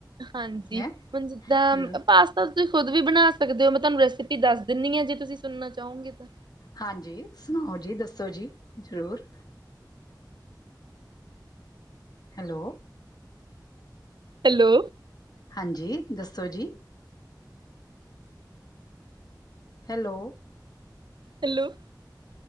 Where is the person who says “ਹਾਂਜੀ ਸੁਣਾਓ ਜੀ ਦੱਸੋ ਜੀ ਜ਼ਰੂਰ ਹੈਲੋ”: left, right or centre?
Left